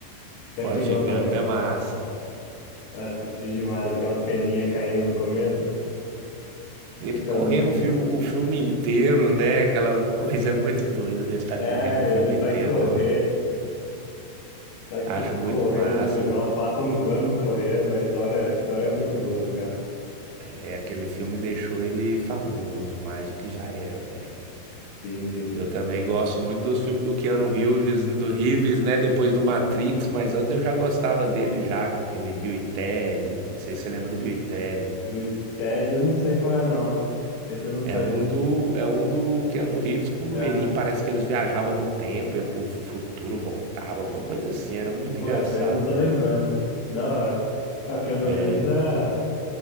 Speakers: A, on the left; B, on the right.
A: é
B: Forrest
A: antigão também.
B: Gump é massa.
A: Eu assisti demais, aquela peninha caindo no começo,
B: Ele
A: aquela
B: correndo
A: música.
B: o filme, o filme inteiro, né? Aquela coisa <laughs> muito doida dele estar
A: É,
B: correndo o
A: ele
B: filme
A: sai
B: inteiro
A: correr,
B: também.
A: sai
B: Acho
A: co-
B: muito
A: correr
B: massa.
A: no final, passa uns anos correndo. A história, a história é muito boa do cara.
B: É, aquele filme deixou ele famoso, mais do que já era, né?
A: Sim, sim.
B: Eu também gosto muito dos filmes do Keanu Reeves, do Reeves, né? Depois do Matrix, mas antes eu já gostava dele já, com aquele Bill e Ted. Não sei se você lembra do Bill e Ted.
A: Do Ted eu não sei qual é, não. Esse eu não sei.
B: É um do, é um do Keanu Reeves com o
A: É,
B: loirinho. Parece que eles viajavam no tempo, ia pro futuro, voltava, alguma coisa assim. Era muito
A: pô,
B: engraçado
A: esse aí eu não tô
B: também.
A: lembrando. Da hora. É, o Keanu
B: É,
A: Reeves é.